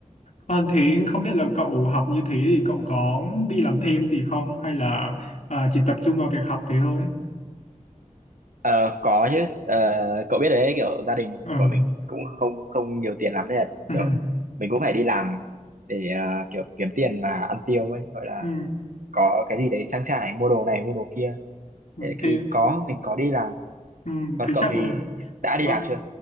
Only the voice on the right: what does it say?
Ờ, có chứ Ờ, cậu biết đấy kiểu gia đình
bọn mình cũng không không nhiều tiền lắm nên là
kiểu mình cũng phải đi làm để ờ, kiểu kiếm tiền mà ăn tiêu ấy gọi là
có cái gì đấy trang trải mua đồ này mua đồ kia
Thế thì
có mình có đi làm
còn
cậu
thì
đã đi
làm chưa